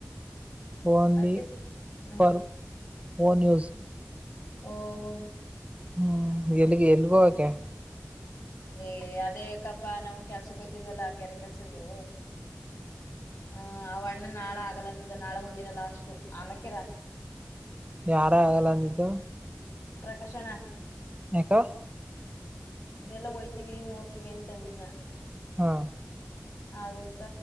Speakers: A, on the right; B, on the left.
A: ಓನ್ಲಿ
B: ಅದಕ್ಕೆ ಹ್ಮ್
A: ಫರ್ ಓ ನ್ಯೂಸ್
B: ಓಹೋಹೊ
A: ಹ್ಮ್ ಎಲ್ಲಿಗೇ ಎಲ್ಲಿಹೊಗೋಕೆ
B: ಏ ಅದೇ ಎಕಪ್ಪಾ ನಾ್ ಕೆಲ್ಸಕ್ಕೋಯ್ತಿದ್ವಲ್ಲಾ ಕೆರೆ ಕೆಲ್ಸಿದ್ವು ಹಹ ಆ ಅಣ್ಣನ್ ನಾಳ ಆಗಲ್ಲ ಅಂತಿದ್ದ ನಾಳೆ ಒಂದಿನ ಲಾಷ್ಟು ಆಮಕರ
A: ಯಾರ ಆಗಲ್ಲ ಅಂದಿದ್ದು
B: ಪ್ರಕಾಶ್ ಅಣ್ಣ
A: ಎಕ್
B: ಇದೆಲ್ಲ ಒಯ್ತೀವಿ ನೋಡ್ತಿವಿ ಅಂತಂದಿದ್ನ
A: ಹಾ
B: ಅದಕ್ಕ